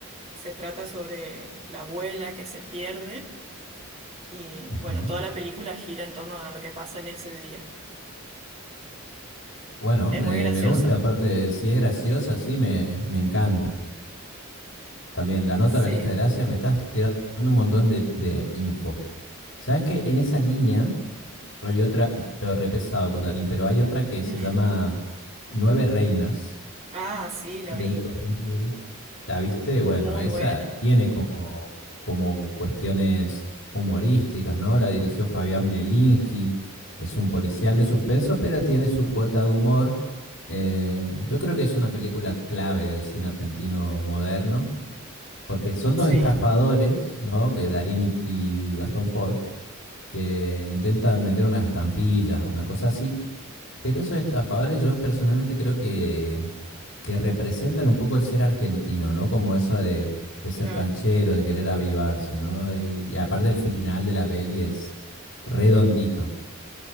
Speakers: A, on the right; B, on the left.
A: Se trata sobre la abuela que se pierde y
B: Ajá.
A: bueno, toda la película gira en torno a lo que pasa en ese día.
B: Bueno,
A: Es
B: me,
A: muy graciosa.
B: me gusta, aparte, si es graciosa, sí, me, me encanta. También la nota
A: Sí.
B: a la lista de gracias, me estás tirando un montón de, de info. ¿Sabes que En esa línea hay otra, yo lo he repesado con Darín, pero hay otra que se
A: <laughs>
B: llama Nueve Reinas,
A: Ah, sí, la
B: del
A: vi.
B: 2000, ¿la viste? Bueno,
A: Muy
B: esa
A: buena.
B: tiene como, como cuestiones humorísticas, ¿no? La dirigió Fabián Bielinski, es un policial
A: Ujú.
B: de suspenso, pero tiene su cuota de humor. Eh, yo creo que es una película clave del cine argentino moderno, porque son
A: Sí,
B: dos estafadores, ¿no? Que Darín y, y- y Gastón Paul, que intentan vender unas estampillas, una cosa así. Pero esos estafadores yo personalmente creo que que representan un poco el ser argentino, ¿no? Como eso de, de ser
A: claro.
B: canchero, de querer avivarse, ¿no? Y, aparte el final de la peli es redondito.